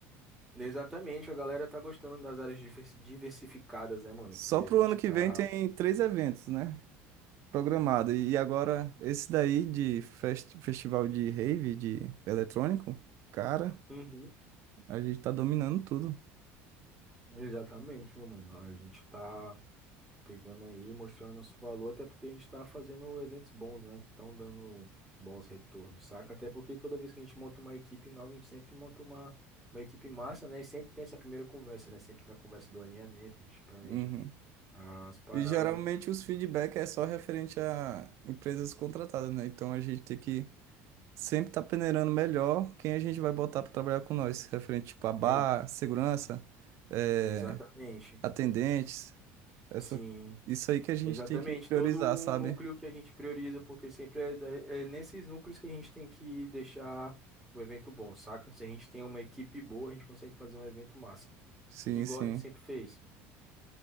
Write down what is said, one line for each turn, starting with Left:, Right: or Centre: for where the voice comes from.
Centre: Exatamente, a galera tá gostando das áreas diversi- diversificadas, né, mano?
Right: Só
Centre: Que
Right: pro
Centre: a gente
Right: ano que
Centre: tá.
Right: vem tem três eventos, né? Programado. E agora, esse daí de fest... festival de rave, de eletrônico, cara.
Centre: Uhum.
Right: A gente tá dominando tudo.
Centre: Exatamente, meu mano. A gente tá. pegando aí, mostrando nosso valor, até porque a gente está fazendo eventos bons, né? Estão dando bons retornos, saca? Até porque toda vez que a gente monta uma equipe nova, a gente sempre monta uma, uma equipe massa, né? E sempre tem essa primeira conversa, né? Sempre tem a conversa do alinhamento, a gente planeja
Right: Uhum.
Centre: as paradas.
Right: E geralmente os feedback é só referente a empresas contratadas, né? Então a gente tem que sempre estar tá peneirando melhor quem a gente vai botar para trabalhar com nós, referente tipo a bar,
Centre: E-
Right: segurança, eh,
Centre: Exatamente,
Right: atendentes, essa,
Centre: sim.
Right: isso aí que a gente
Centre: Exatamente,
Right: tem que priorizar,
Centre: todo um
Right: sabe?
Centre: núcleo que a gente prioriza, porque sempre é, da- é nesses núcleos que a gente tem que deixar o evento bom, saca? Se a gente tem uma equipe boa, a gente consegue fazer um evento massa,
Right: Sim,
Centre: igual
Right: sim.
Centre: a gente sempre fez.